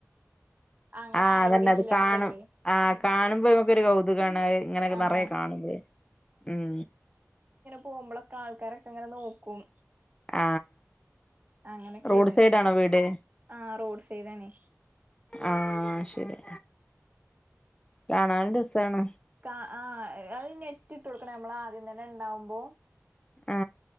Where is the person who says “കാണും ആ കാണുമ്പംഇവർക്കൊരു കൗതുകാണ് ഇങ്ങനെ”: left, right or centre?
Left